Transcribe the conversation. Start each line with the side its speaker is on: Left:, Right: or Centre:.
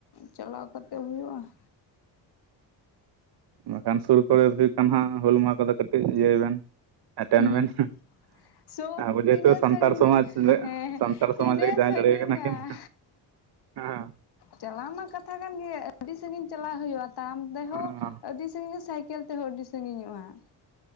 Left: ᱪᱟᱞᱟᱣ ᱠᱟᱛᱮ ᱦᱩᱭᱩᱜᱼᱟ ᱾
Right: ᱵᱟᱠᱷᱟᱱ ᱥᱩᱨ ᱠᱚᱨᱮ ᱦᱩᱭᱩᱜ ᱠᱟᱱ ᱦᱟᱸᱜ ᱦᱩᱞ ᱢᱟᱦᱟ ᱠᱚᱫᱚ ᱠᱟᱹᱴᱤᱡ ᱤᱭᱟᱹᱭ ᱵᱮᱱ ᱮᱴᱮᱱ
Left: ᱦᱩᱸ
Right: ᱵᱮᱱ ᱾
Left: ᱥᱩᱱ
Right: ᱟᱵᱚ ᱡᱮᱦᱮᱛᱩ
Left: ᱛᱤᱱᱟᱹᱜ
Right: ᱥᱟᱱᱛᱟᱲ
Left: ᱥᱟᱺᱜᱤᱧ
Right: ᱥᱚᱢᱟᱡᱽ ᱨᱮ,
Left: ᱦᱮᱸ
Right: ᱥᱟᱱᱛᱟᱲ ᱥᱚᱢᱟᱡᱽ
Left: ᱛᱤᱱᱟᱹᱜ
Right: ᱞᱟᱹᱜᱤᱫ ᱡᱟᱦᱟᱸ
Left: ᱥᱟᱺᱜᱤᱧᱟ
Right: ᱞᱟᱹᱲᱦᱟᱹᱭ ᱟᱠᱟᱱᱟ ᱠᱤᱱ ᱾ ᱦᱸ <unintelligible>
Left: ᱪᱟᱞᱟᱣ ᱢᱟ ᱠᱟᱛᱷᱟ ᱠᱟᱱᱜᱮᱭᱟ ᱟᱹᱰᱤ ᱥᱟᱺᱜᱤᱧ ᱪᱟᱞᱟᱜ ᱦᱩᱭᱩᱜᱼᱟ, ᱛᱟᱲᱟᱢ ᱛᱮᱦᱚᱸ
Right: ᱦᱮᱸ
Left: ᱟᱹᱰᱤ ᱥᱟᱺᱜᱤᱧᱟ ᱥᱟᱭᱠᱮᱞᱼᱼ ᱛᱟᱣᱦᱚᱸ ᱟᱹᱰᱤ ᱥᱟᱺᱜᱤᱧᱚᱜᱼᱟ ᱾